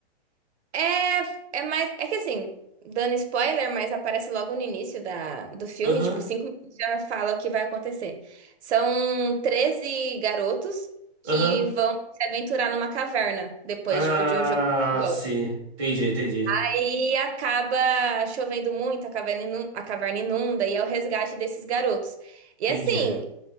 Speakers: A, on the right; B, in the centre.
A: É, é mais. É que assim, dando spoiler, mas aparece logo no início da, do filme,
B: Aham,
A: tipo, cinco minutos já fala o que vai acontecer. São 13 garotos que
B: aham.
A: vão se aventurar numa caverna depois,
B: Ah,
A: tipo, de um jogo. de futebol.
B: sim. Entendi, entendi.
A: Aí acaba chovendo muito, a caverna inu- a caverna inunda, e é o resgate desses garotos. E
B: Entendi.
A: assim,